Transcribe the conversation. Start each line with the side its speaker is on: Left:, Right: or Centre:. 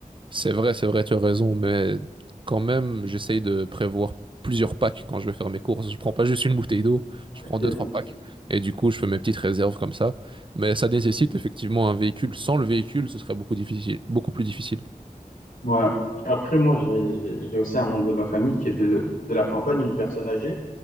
Right: C'est vrai, c'est vrai, tu as raison, mais quand même, j'essaye de prévoir plusieurs packs quand je vais faire mes courses. Je prends pas juste une bouteille d'eau,
Left: Ok,
Right: je prends deux, trois
Left: donc,
Right: packs, et du coup, je fais mes petites réserves comme ça. Mais ça nécessite effectivement un véhicule. Sans le véhicule, ce serait beaucoup difficile, beaucoup plus difficile.
Left: ouais. Après, moi, j'ai j'ai- j'ai aussi un membre de ma famille qui est de, le- de la campagne, une personne âgée.